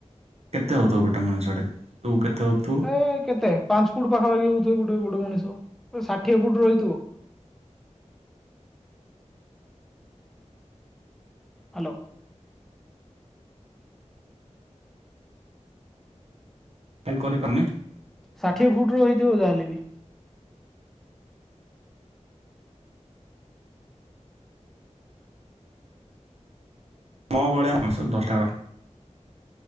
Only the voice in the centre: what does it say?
ଏ କେତେ ପାଞ୍ଚ ଫୁଟ ପାଖାପଖି ହଉଥିବେ ଗୋଟେ ଗୋଟେ ମଣିଷ ଷାଠିଏ ଫୁଟ ରହିଥିବ। ହ୍ୟାଲୋ।
ଷାଠିଏ ଫୁଟ ର ହେଇଥିବ ଯାହାହେଲେ ବି।